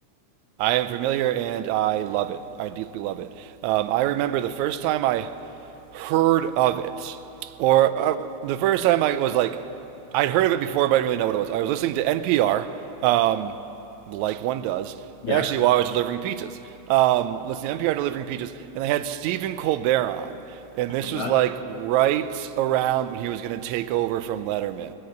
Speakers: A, on the right; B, on the left.
A: I am familiar and I love it. I deeply love it. Um, I remember the first time I heard of it, or uh, the first time I was like, I'd heard of it before, but I didn't really know what it was. I was listening to NPR, um, like one does,
B: Yeah.
A: actually, while I was delivering pizzas. Um, listening to NPR delivering pizzas, and they had Stephen Colbert on and
B: Oh
A: this
B: my
A: was
B: God.
A: like right around when he was going to take over from Letterman.